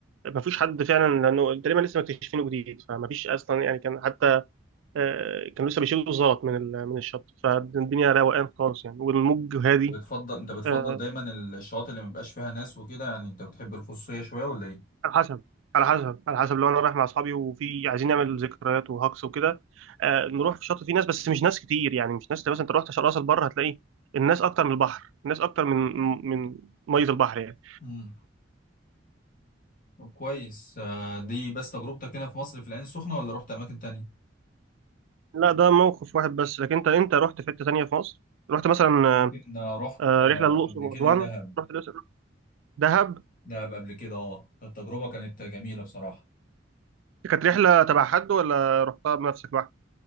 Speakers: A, on the right (about 80°); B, on the left (about 45°).
A: ما فيهوش حد فعلا لأنه تقريبا لسه مكتشفينه جديد فما فيش أصلا يعني كان حتى آه، كانوا لسه بيشيلوا الزلط من ال- من الشط فالدنيا روقان خالص يعني والموج هادي
B: بتفضل انت بتفضل
A: آه،
B: دايما الشواطئ اللي مبقاش فيها ناس وكده يعني انت بتحب الخصوصية شوية ولا ايه
A: على حسب على حسب على حسب لو أنا رايح مع أصحابي وفي عايزين نعمل ذكريات وهكس وكده آه، نروح في الشط فيه ناس بس مش ناس كتير يعني مش ناس مثلا أنت رحت راس البر هتلاقي الناس أكتر من البحر الناس أكتر من من مية البحر يعني
B: امم طب كويس آه، دي بس تجربتك هنا في مصر في العين السخنة ولا رحت اماكن تانية
A: لا ده موقف واحد بس لكن انت انت رحت في حته تانيه في مصر رحت مثلا
B: ممكن
A: آه،
B: آه، رحت
A: آه،
B: آه،
A: رحله للاقصر
B: قبل
A: واسوان
B: كده دهب
A: رحت الاقصر دهب
B: دهب قبل كده اه التجربة كانت جميلة بصراحة
A: كانت رحله تبع حد ولا رحتها بنفسك لوحدك